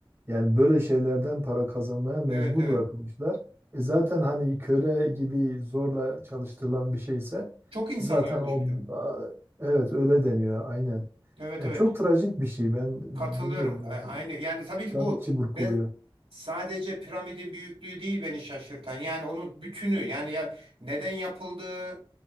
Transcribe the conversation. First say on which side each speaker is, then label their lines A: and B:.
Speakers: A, on the right (about 25°); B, on the right (about 80°).
A: yani böyle şeylerden para kazanmaya mecbur
B: evet evet.
A: bırakılmışlar. E zaten hani köle gibi zorla çalıştırılan bir şeyse
B: Çok insan
A: zaten
B: ölmüş
A: o
B: bir de.
A: a, evet öyle deniyor aynen.
B: Evet
A: Ya
B: evet.
A: çok trajik bir şey ben e,
B: Katılıyorum.
A: bilmiyorum
B: A-
A: yani
B: Aynı yani tabii ki
A: insan
B: bu
A: içi burkuluyor.
B: ben sadece piramidin büyüklüğü değil beni şaşırtan. Yani onun bütünü yani ya neden yapıldığı,